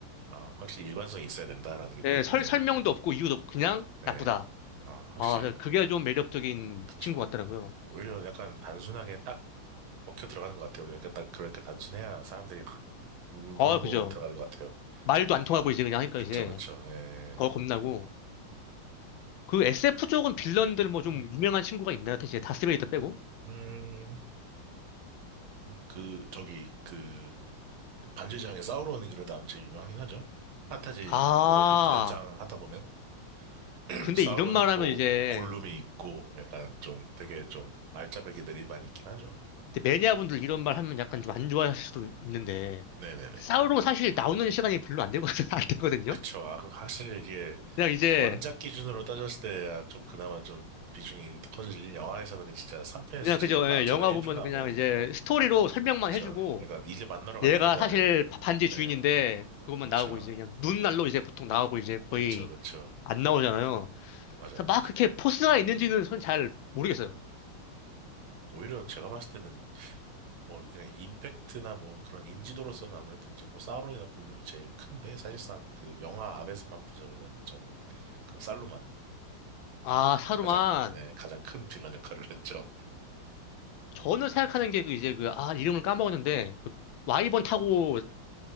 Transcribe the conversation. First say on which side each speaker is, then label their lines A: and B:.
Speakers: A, on the right (about 75°); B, on the left (about 75°).
A: 아, 확실히 일관성이 있어야 된다라는 게 포인트네요.
B: 예, 설 설명도 없고 이유도 없고 그냥
A: 네.
B: 나쁘다
A: 아, 확실히,
B: 아, 그게 좀 매력적인
A: 그쵸.
B: 친구 같더라고요.
A: 오히려 약간 단순하게 딱 먹혀 들어가는 것 같아요. 약간 딱 그렇게 단순해야 사람들이 확 울-
B: 어,
A: 울고
B: 그죠.
A: 들어가는 것 같아요.
B: 말도
A: 그-
B: 안 통하고 이제 그냥 하니까
A: 그쵸,
B: 이제
A: 그쵸, 예.
B: 더 겁나고. 그 SF 쪽은 빌런들 뭐 좀
A: 음,
B: 유명한 친구가 있나요? 이제 다스베이더 빼고?
A: 음, 그, 저기, 그, 반지장에 사우론이 그래도 아마 제일 유명하긴 하죠. 판타지
B: 아,
A: 쪽으로 좀 연장하다 보면, <clears throat>
B: 근데
A: 사우론이
B: 이런 말
A: 있고,
B: 하면 이제
A: 골룸이 있고, 약간 좀 되게 좀 알짜배기들이 많이 있긴 하죠.
B: 근데 매니아분들 이런 말 하면 약간 좀 안 좋아하실 수도 있는데
A: 네네네.
B: 싸우러 사실 나오는 시간이 별로 안 되거든, <laughs> 안 되거든요?
A: 그쵸. 아, 그, 사실 이게
B: 그냥 이제
A: 원작 기준으로 따졌을 때야 좀 그나마 좀 비중이 커지지. 영화에서는 그 진짜 3편에서
B: 그냥
A: 찔끔
B: 그죠.
A: 나왔잖아.
B: 예, 영화
A: 1편하고.
B: 보면 그냥 이제 스토리로 설명만
A: 그쵸.
B: 해주고
A: 그러니까 이제 만나러 갑니다잖아요.
B: 얘가 사실 바- 반지 주인인데
A: 네.
B: 그것만
A: 그쵸.
B: 나오고 이제 그냥 눈날로 이제 보통 나오고 이제 거의
A: 그쵸. 그쵸.
B: 안 나오잖아요.
A: 맞아요.
B: 그래서 막
A: 맞아요.
B: 그렇게 포스가 있는지는 전 잘 모르겠어요.
A: 오히려 제가 봤을 때는 뭐 그냥 임팩트나 뭐 그런 인지도로서는 아무래도 이제 뭐 사우론이나 골룸이 제일 큰데 사실상 그 영화 안에서만 보자면은 저는 그 살루만이
B: 아, 사루만
A: 가장 네, 가장 큰 빌런 역할을 했죠.
B: 저는 생각하는 게 그 이제 그 아 이름을 까먹었는데 그 와이번 타고